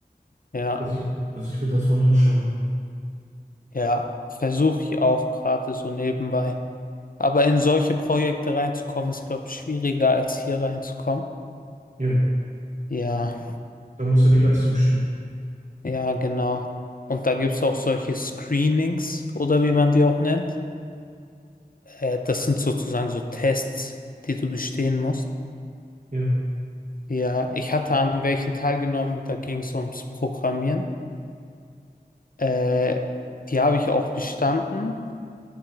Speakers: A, on the left; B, on the right.
A: Ja,
B: dass ich, dass ich mir das mal anschaue.
A: ja, versuche ich auch gerade so nebenbei. Aber in solche Projekte reinzukommen, ist, glaube ich, schwieriger als hier reinzukommen.
B: Ja,
A: Ja,
B: da muss ja die Leistung stimmen.
A: ja, genau. Und da gibt es auch solche Screenings oder wie man die auch nennt. Äh, das sind sozusagen so Tests, die du bestehen musst.
B: Ja,
A: Ja, ich hatte an welchen teilgenommen, da ging es ums Programmieren. Äh, die habe ich auch bestanden.